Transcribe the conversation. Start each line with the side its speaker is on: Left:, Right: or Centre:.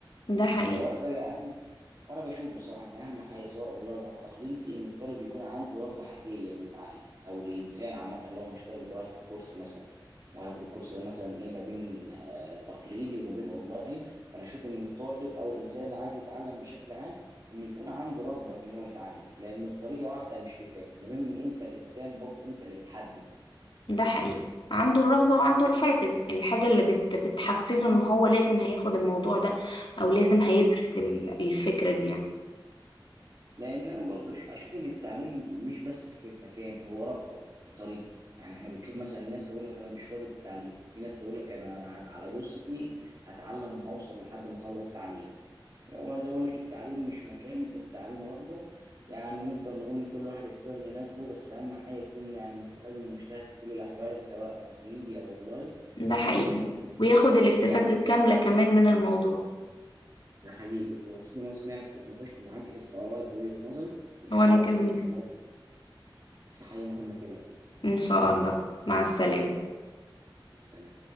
Left: ده حقيقي
Right: سواء بقى وانا بشوف بصراحه ان اهم حاجه سواء اونلاين او تقليدي ان الطالب يكون عنده رغبه حقيقيه انه يتعلم او الانسان عامه لو مش طالب اللي هو هياخد كورس مثلا وهياخد الكورس ده مثلا ايه ما بين آه، تقليدي وما بين اونلاين فانا اشوف ان الطالب او الانسان اللي عايز يتعلم بشكل عام انه يكون عنده رغبه في ان هو يتعلم لان الطريقه واحده مش كفايه المهم انت الانسان برضو انت اللي بتحدد
Left: ده حقيقي عنده الرغبة وعنده الحافز الحاجة اللي بت بتحفزه ان هو لازم هياخد الموضوع ده او لازم هيدرس ال- الفكرة دي يعني
Right: لان انا برضو ش- اشوف ان التعليم مش بس فكره مكان هو رغبه وطريق يعني احنا بنشوف مثلا ناس تقول لك انا مش راغب التعليم في ناس تقول لك انا هت- على جثتي هتعلم وهوصل لحد ما اخلص تعليم فهو زي ما اقول لك التعليم مش مكان التعليم رغبه يعني نقدر نقول ان كل واحد يختار اللي يناسبه بس اهم حاجه يكون يعني ملتزم ومجتهد في كل الاحوال سواء تقليدي او اونلاين
Left: ده حقيقي
Right: انا كنت مبسوط
Left: وياخد الاستفادة
Right: سمعت
Left: الكاملة كمان من الموضوع
Right: ده حقيقي كنت مبسوط ان انا سمعت واتناقشت معاك في ارائك وجهه نظري وان شاء
Left: وانا
Right: الله
Left: كمان
Right: اكلمك المره في حاجة مهمة تاني
Left: ان شاء الله مع السلامة
Right: مع السلامة